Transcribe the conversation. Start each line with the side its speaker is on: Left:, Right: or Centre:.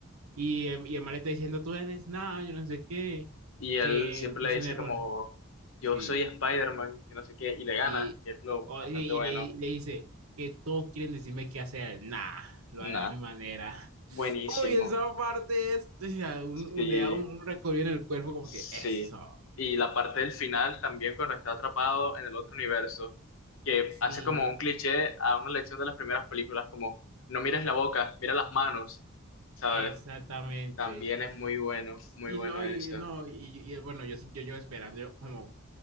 Right: Y, el- y el mal está diciendo, tú eres nada, yo no sé qué,
Left: Y él
Right: que
Left: siempre
Right: fuiste
Left: le dice
Right: un error.
Left: como, yo
Right: Sí,
Left: soy Spider-Man, que no sé qué, y le gana,
Right: Y,
Left: que es lo
Right: o-
Left: bastante
Right: y, y
Left: bueno.
Right: le, y le dice que todos quieren decirme qué hacer. Nah, lo
Left: Nah,
Right: haré a mi manera.
Left: buenísimo.
Right: Uy, esa parte es, o sea, un,
Left: Sí,
Right: un, le da un recorrido en el cuerpo como
Left: sí.
Right: que eso.
Left: Y la parte del final también cuando está atrapado en el otro universo, que
Right: Sí,
Left: hace como un cliché a una lección de las primeras películas, como no mires la boca, mira las manos, ¿sabes?
Right: exactamente.
Left: También es muy bueno, muy
Right: Sí,
Left: bueno
Right: no, y
Left: eso.
Right: no, y, y, bueno, yo, yo, yo esperando, yo como,